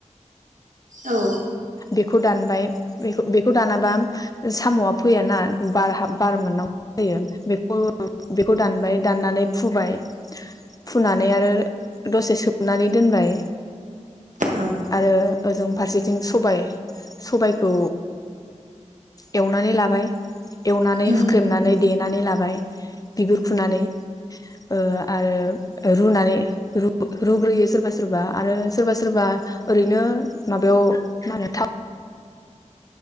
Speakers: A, on the right; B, on the left.
A: औ
B: बेखौ दानबाय बेखौ दानाबा साम'आ फैयाना बार हाब बार मोननांगौ जायो बेखौ बेखौ दानबाय दाननानै फुबाय फुनानै आरो दसे सोमनानै दोनबाय
A: औ
B: आरो ओजों फारसेथिं सबाइ सबाइखौ एवनानै लाबाय एवनानै
A: उम
B: हुख्रेमनानै देनानै लाबाय बिगुर फुनानै ओ आरो रुनानै रुग्रोयो सोरबा सोरबा आरो सोरबा सोरबा ओरैनो माबायाव मारो थाव